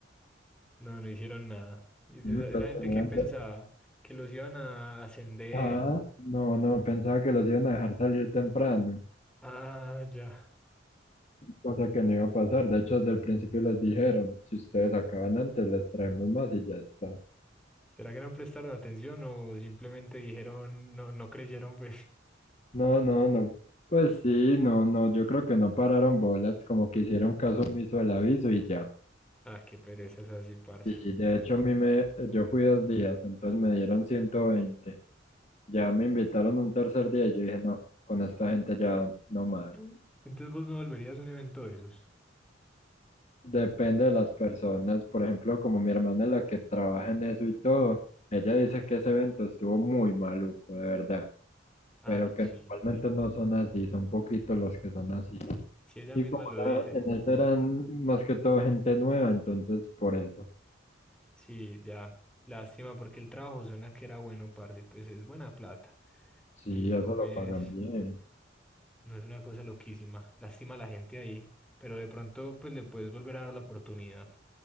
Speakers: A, in the centre; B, on the left (about 35°).
A: No, no hicieron nada. Y esa,
B: Mm. Entonces
A: esa gente
B: tenían
A: que pensaba
B: que-
A: que los iban a ascender.
B: Ah, no, no, pensaba que los iban a dejar salir temprano,
A: Ah, ya.
B: cosa que no iba a pasar, de hecho desde el principio les dijeron, si ustedes acaban antes les traemos más y ya está.
A: ¿Será que no prestaron atención o simplemente dijeron, no, no creyeron, pues? <laughs>
B: No, no, no. Pues sí, no, no. Yo creo que no pararon bolas, como que hicieron caso omiso al aviso y ya.
A: Ah, qué pereza es así, parce.
B: Y de hecho a mí me, yo fui dos días, entonces me dieron 120. Ya me invitaron un tercer día y yo dije, no, con esta gente ya no más.
A: Mm. Entonces vos no volverías a un evento de esos.
B: Depende de las personas. Por ejemplo, como mi hermana es la que trabaja en eso y todo, ella dice que ese evento estuvo muy maluco, de verdad.
A: Ah,
B: Pero
A: no,
B: que
A: sí.
B: normalmente no son así, son poquitos los que son así.
A: Si ella
B: Y
A: misma
B: como
A: lo
B: era-
A: dice.
B: en eso eran más que todo gente nueva, entonces por eso.
A: Sí, ya. Lástima porque el trabajo suena que era bueno, parce, pues es buena plata.
B: Sí,
A: Y
B: eso
A: no
B: lo
A: es.
B: pagan bien.
A: No es una cosa loquísima. Lástima a la gente ahí. Pero de pronto, pues le puedes volver a dar la oportunidad.